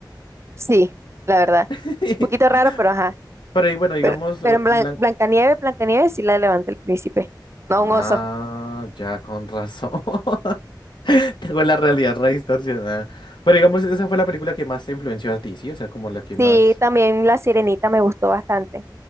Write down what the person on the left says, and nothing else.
<laughs>
Pero y bueno, digamos,
eh,
Blan...
Ah,
ya con razón. <laughs> Tengo la realidad re distorsionada. Pero digamos, esa fue la película que más te influenció a ti, ¿sí? O sea, como la que más...